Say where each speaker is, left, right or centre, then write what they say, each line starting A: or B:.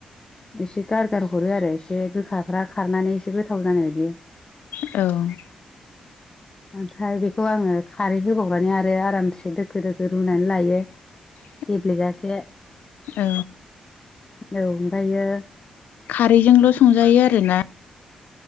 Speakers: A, on the left; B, on the left.
A: एसे गारगार हरो आरो एसे गोखाफ्रा खारनानै एसे गोथाव जानाय बायदि
B: औ
A: ओमफ्राय बेखौ आङो खारै होबावनानै आरो आरामसे दोखो-दोखो रुनानै लायो।
B: <inaudible>
A: गेब्लेजासे
B: औ
A: औ ओमफायो
B: खारैजोंल' संजायो आरो ना